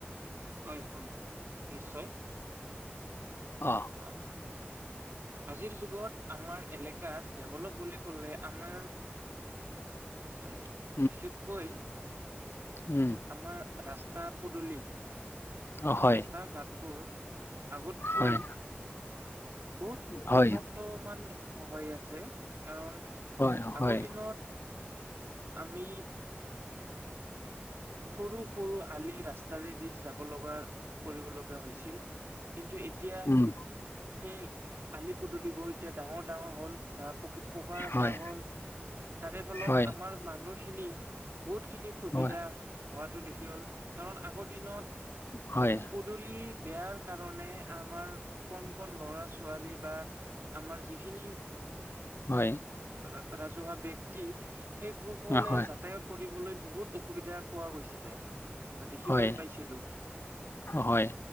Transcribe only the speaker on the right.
হয়, হয়। নিশ্চয়।
অঁ অঁ। আজিৰ যুগত আমাৰ এলেকাত ডেভল'প বুলি ক'লে আমাৰ
এ বিশেষকৈ
আমাৰ ৰাস্তা পদুলি,
ৰাস্তাৰ ঘাটবোৰ আগতকৈ
বহুত
উন্নত মান হৈ আছে। কাৰণ
আগৰ দিনত আমি সৰু সৰু আলি ৰাস্তাৰেদি যাব লগা, কৰিব লগা হৈছিল, কিন্তু এত ইতিয়া
সেই আলি পদুলিবোৰ এতিয়া ডাঙৰ ডাঙৰ হ'ল বা পকী পকা ৰাস্তা
হ'ল, তাৰে ফলত
আমাৰ মানুহখিনি বহুতখিনি সুবিধা
হোৱাটো দেখি হ'ল, কাৰণ আগৰ দিনত
পদুলি বেয়াৰ কাৰণে আমাৰ কণ কন ল'ৰা ছোৱালী বা আমাৰ যিখিনি
ৰা ৰাজহুৱা ব্যক্তি সেই সকলে
যাতায়ত কৰিবলৈ বহুত অসুবিধা পোৱা গৈছিলে। বা দেখিবলৈ
পাইছিলোঁ।